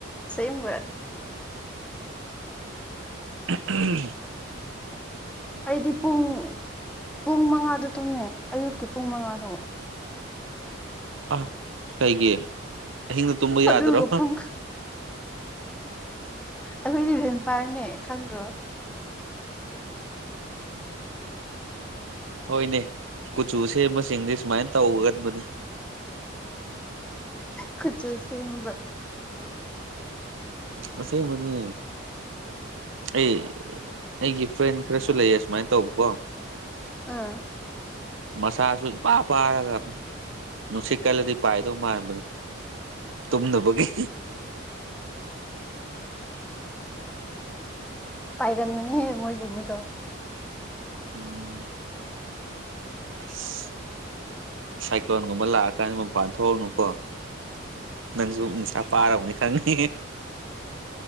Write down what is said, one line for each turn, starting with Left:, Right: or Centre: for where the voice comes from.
Centre: ꯑꯁꯦꯡꯕ
Right: ꯎꯝ
Centre: ꯑꯩꯗꯤ ꯄꯨꯡ ꯄꯨꯡ ꯃꯉꯥꯗ ꯇꯨꯝꯃꯦ ꯑꯌꯨꯛꯀꯤ ꯄꯨꯡ ꯃꯉꯥꯗꯣ
Right: ꯑ ꯀꯩꯒꯤꯌꯦ ꯍ ꯇꯨꯝꯕ ꯌꯥꯗ꯭ꯔꯣ
Centre: ꯑꯗꯨꯒ ꯄꯨꯡ ꯑꯩꯈꯣꯏꯗꯤꯚꯦꯝꯄꯥꯔꯅꯦ ꯈꯪꯗ꯭ꯔꯣ
Right: ꯍꯣꯏꯅꯦ ꯀꯨꯆ ꯎꯁꯦꯁ ꯏꯪꯂꯤꯁꯨꯃꯥꯏꯅ ꯇꯧꯒ ꯃꯅꯦ
Centre: ꯀꯆ ꯁꯦꯝꯕ
Right: ꯑꯁꯦꯕꯅꯤ ꯑꯩ ꯑꯩꯒꯤ ꯐ꯭ꯔꯦꯟ ꯈꯔꯁꯨ ꯂꯩꯌꯦ ꯁꯨꯃꯥꯏꯅ ꯇꯧꯕꯀꯣ
Centre: ꯑꯥ
Right: ꯃꯁꯥꯁꯨ ꯏꯄꯥ ꯄꯥꯔꯒ ꯅꯨꯡꯁꯤꯠ ꯀꯜꯂꯗꯤ ꯄꯥꯏꯗꯧ ꯃꯥꯟꯕꯅꯤ ꯇꯨꯝꯗꯕꯒꯤ
Centre: ꯄꯥꯏꯒꯦꯜ ꯃꯅꯤ ꯍꯦ ꯃꯣꯏ ꯀꯃ ꯇ
Right: ꯎꯝ ꯑꯁ ꯁꯥꯏꯀ꯭ꯂꯣꯟꯒꯨꯝꯕ ꯂꯥꯛꯑꯀꯥꯟꯗ ꯃꯄꯥꯟ ꯊꯣꯛꯎꯅꯨꯀꯣ ꯅꯪꯁꯨ ꯅꯨꯡꯁꯥ ꯄꯥꯔꯕꯅꯤ ꯈꯪꯅꯤ